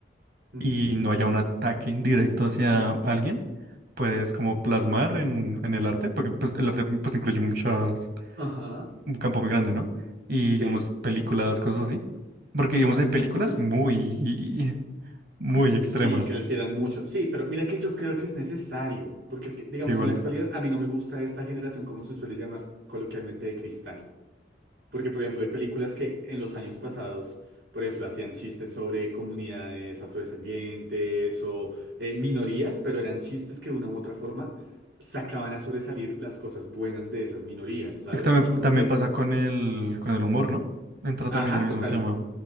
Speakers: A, on the right (about 85°); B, on the right (about 60°).
A: Ujú,
B: y no haya un ataque directo hacia alguien, puedes como plasmar en, en el arte, porque pues, el arte pues incluye muchas
A: Ajá.
B: un campo muy grande, ¿no? Y
A: Sí.
B: digamos, películas, cosas así. Porque digamos, hay películas
A: Pues
B: muy, <laughs> muy
A: sí,
B: extremas.
A: que le tiran mucho. Sí, pero mira que yo creo que es necesario. Porque es que, digamos,
B: que Igual.
A: en la actualidad a mí no me gusta esta generación, como se suele llamar coloquialmente, de cristal. Porque, por ejemplo, hay películas que en los años pasados, por ejemplo, hacían chistes sobre comunidades afrodescendientes o eh, minorías, pero eran chistes que de una u otra forma sacaban a sobresalir las cosas buenas de esas minorías, ¿sabes?
B: Es que También,
A: Y como
B: también
A: que
B: pasa con el, con el humor, ¿no? Entra
A: Ajá,
B: también el mismo
A: total,
B: tema.